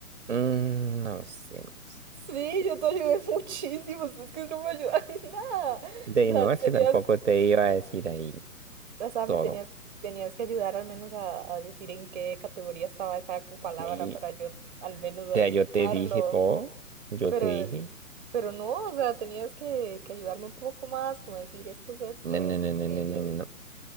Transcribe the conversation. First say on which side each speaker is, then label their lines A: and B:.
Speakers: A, on the right (about 50°); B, on the right (about 30°).
A: Mm, no lo sé, no lo sé.
B: Sí, yo te ayudé <laughs> muchísimo. Es que no me ayudan <laughs> en nada.
A: De
B: O
A: ahí
B: sea,
A: no, es
B: serías
A: que tampoco te iba a decir ahí
B: O sea,
A: todo.
B: me tenías, tenías que ayudar al menos a, a decir en qué categoría estaba esa palabra
A: Y,
B: para yo al menos adivinarlo.
A: o yo te dije todo, yo
B: Pero,
A: te dije,
B: pero no, o sea, tenías que, que ayudarme un poco más, como decir esto es esto,
A: no, no,
B: esto
A: no, no,
B: es aquello.
A: no, no, no, no.